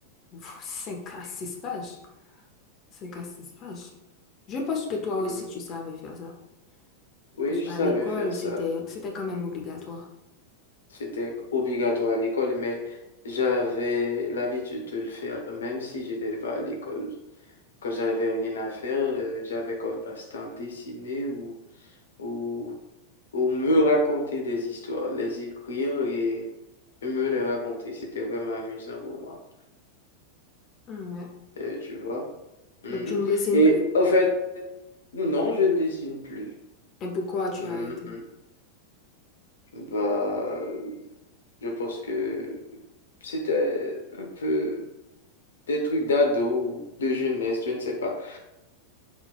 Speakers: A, on the left; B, on the left.
A: <laughs> 5 à 6 pages. cinq à 6 pages. Je pense que toi
B: Mmh.
A: aussi, tu savais faire ça.
B: Oui,
A: Parce
B: je
A: que À
B: savais
A: l'école,
B: faire ça.
A: c'était, c'était quand même obligatoire.
B: C'était obligatoire à l'école, mais j'avais l'habitude de le faire, même si j'étais pas à l'école. Quand j'avais rien à faire, euh, j'avais comme passe-temps dessiner ou, ou, ou me raconter des histoires, les écrire et me les raconter. C'était vraiment amusant pour moi,
A: Mm, ouais.
B: Euh, tu vois. Mhm.
A: Donc, tu ne dessines
B: Et
A: plus.
B: en fait, non, je ne dessine plus.
A: Et pourquoi tu
B: Mhm.
A: as arrêté?
B: Bah, je pense que... C'était un peu des trucs d'ado, de jeunesse, je ne sais pas.